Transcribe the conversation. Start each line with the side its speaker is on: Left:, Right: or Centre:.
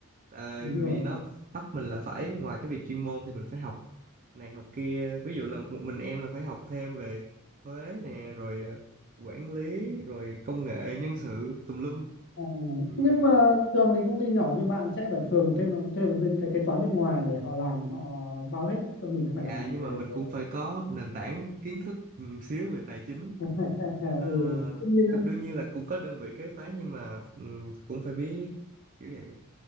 Right: tại
Left: đúng
Right: vì
Left: rồi
Right: nó bắt mình là phải ngoài cái việc chuyên môn thì mình phải học này học kia ví dụ là một mình em là phải học thêm về thuế nè rồi ờ, quản lý rồi công nghệ nhân sự tùm lum
Left: Ờ,
Right: Ừm,
Left: nhưng mà thường thì công ty nhỏ như bạn sẽ phải thường thêm một- thêm một bên cái kế toán bên ngoài để họ làm họ bao hết còn mình có phải
Right: dạ
Left: làm gì
Right: nhưng
Left: về
Right: mà mình
Left: về-
Right: cũng phải có nền tảng kiến thức ừm, xíu về tài chính
Left: <laughs>
Right: Ờ,
Left: ừ tất nhiên
Right: đ- đương nhiên là cũng có đơn vị kế toán nhưng mà ừm, cũng phải biết kiểu vậy